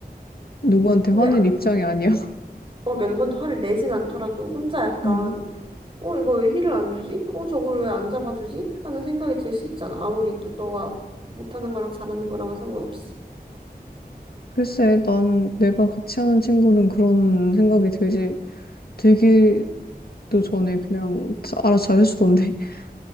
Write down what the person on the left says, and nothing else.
누구한테
화낼
입장이 아니야. <laughs>
음.
글쎄, 난 내가 같이 하는 친구는 그런 생각이 들지, 들기도 전에 그냥 자- 알아서 잘해주던데. <laughs>